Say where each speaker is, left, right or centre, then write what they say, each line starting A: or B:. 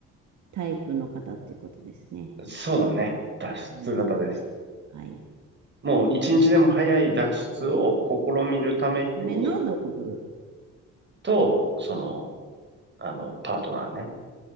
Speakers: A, on the right; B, on the right.
A: タイプの方っていうことですね。
B: ん。そうだね。脱出型です。
A: うん、はい。
B: もう一日でも早い脱出を試みるために
A: ための道具。
B: と、その、あの、パートナーね。